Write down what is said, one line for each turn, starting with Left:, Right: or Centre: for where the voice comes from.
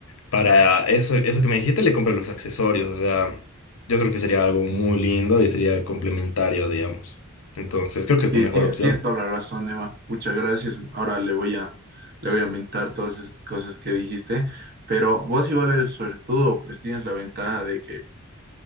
Left: para eso, eso que me dijiste, le compras los accesorios, o sea, yo creo que sería algo muy lindo y sería complementario, digamos, entonces creo que es
Right: Y
Left: tu mejor
Right: tienes,
Left: opción.
Right: tienes toda la razón, Emma. Muchas gracias. Ahora le voy a, le voy a mentar todas esas cosas que dijiste. Pero vos igual eres suertudo, pues tienes la ventaja de que